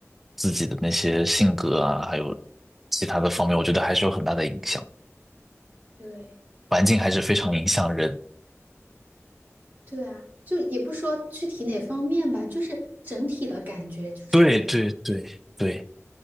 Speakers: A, in the centre; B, on the right (about 40°).
A: 自己的那些性格啊，还有其他的方面，我觉得还是有很大的影响。
B: 对，
A: 环境还是非常影响人。
B: 对啊，就也不说具体哪方面吧，就是整体的感觉就是不一样，
A: 对对对对